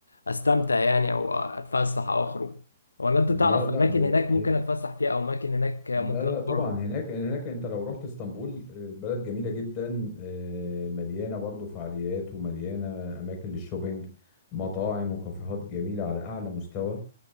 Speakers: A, on the left; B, on the left.
A: استمتع يعني او اتفسح او اخرج ولا انت تعرف
B: لا لا
A: اماكن
B: ب...
A: هناك
B: هي-
A: ممكن اتفسح فيها او اماكن هناك ممكن
B: لا لا
A: ازورها
B: طبعا هناك هناك انت لو رحت اسطنبول آه، بلد جميله جدا آه، مليانه برضو فعاليات ومليانه اماكن للشوبينج مطاعم وكافيهات جميله على اعلى مستوى